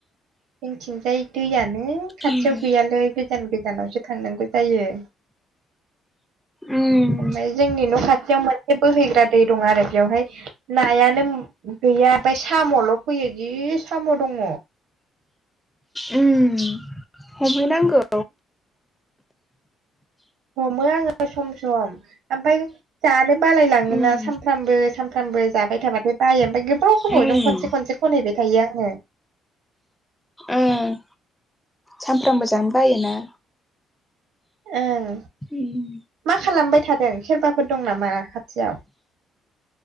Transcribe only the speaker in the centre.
उम
उम
उम हमहैनांगौ
उम
उम
ओं सामफ्रामबो जानो बायोना
उम